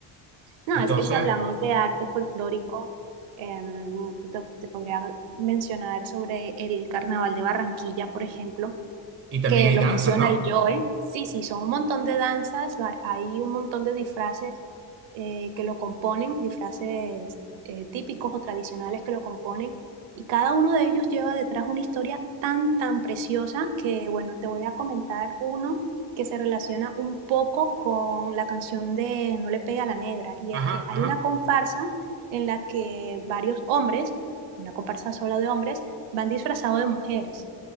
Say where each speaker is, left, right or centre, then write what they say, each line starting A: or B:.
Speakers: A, on the right; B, on the right.
A: no,
B: Entonces,
A: es que si hablamos de arte folclórico, em, te, te podría mencionar sobre el Carnaval de Barranquilla, por ejemplo.
B: Y también
A: que
B: hay
A: lo
B: danza,
A: menciona
B: ¿no?
A: el Joe. Sí, sí, son un montón de danzas, ha- hay un montón de disfraces eh, que lo componen, disfraces eh, típicos o tradicionales que lo componen, y cada uno de ellos lleva detrás una historia tan, tan preciosa que, bueno, te voy a comentar uno que se relaciona un poco con la canción de No le pegue a la negra, y
B: Ajá,
A: es que hay
B: ajá,
A: una comparsa en la que varios hombres, una comparsa sola de hombres, van disfrazados de mujeres